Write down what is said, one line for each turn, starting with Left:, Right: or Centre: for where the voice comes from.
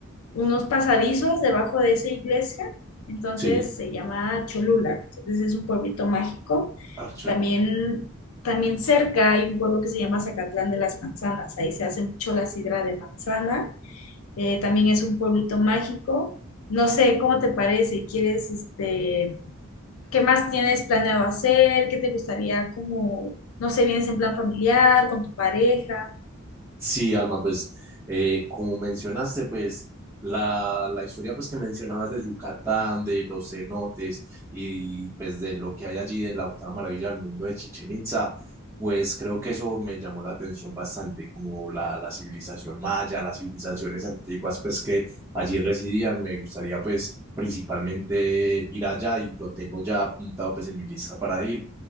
Left: unos pasadizos debajo de esa iglesia, entonces
Right: sí,
Left: se llama Cholula, entonces es un pueblito mágico.
Right: Archelula.
Left: También, también cerca hay un pueblo que se llama Zacatlán de las Manzanas, ahí se hace mucho la sidra de manzana, eh, también es un pueblito mágico. No sé, ¿cómo te parece? ¿Quieres, este, qué más tienes planeado hacer? ¿Qué te gustaría como, no sé, vienes en plan familiar, con tu pareja?
Right: Sí, Alma, pues eh, como mencionaste, pues la, la historia pues que mencionabas de Yucatán, de los cenotes y, pues de lo que hay allí de la octava maravilla del mundo de Chichen Itza, pues creo que eso me llamó la atención bastante, como la, la civilización maya, las civilizaciones antiguas pues que allí residían, me gustaría pues principalmente ir allá y lo tengo ya apuntado pues en mi lista para ir